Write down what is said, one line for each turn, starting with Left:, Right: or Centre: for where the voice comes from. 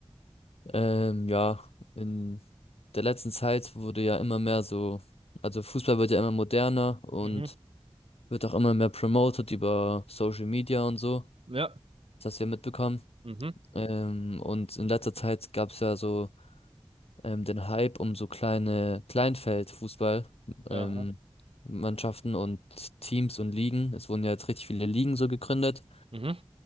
Left: Ähm, ja, in der letzten Zeit wurde ja immer mehr so, also Fußball wird ja immer moderner und
Right: Mhm.
Left: wird auch immer mehr promoted über Social Media und so.
Right: Ja.
Left: Das hast du ja mitbekommen.
Right: Mhm.
Left: Ähm, und in letzter Zeit gab es ja so ähm, den Hype um so kleine Kleinfeldfußball,
Right: Ja.
Left: ähm,
Right: Aha.
Left: Mannschaften und Teams und Ligen. Es wurden ja jetzt richtig viele Ligen so gegründet,
Right: Mhm.